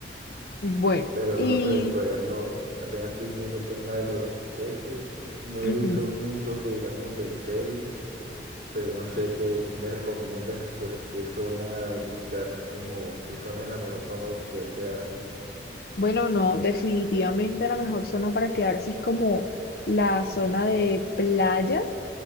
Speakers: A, on the left; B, on the right.
A: Bueno,
B: Pero
A: y
B: no sé, todavía no, apenas estoy viendo el tema de los tiquetes. No
A: ujú,
B: he visto mucho que digamos de hoteles, pero no sé qué, qué me recomiendas, por qué zona buscar, como qué zona es la mejor para uno poder quedarse.
A: bueno, no, definitivamente la mejor zona para quedarse es como la zona de playa,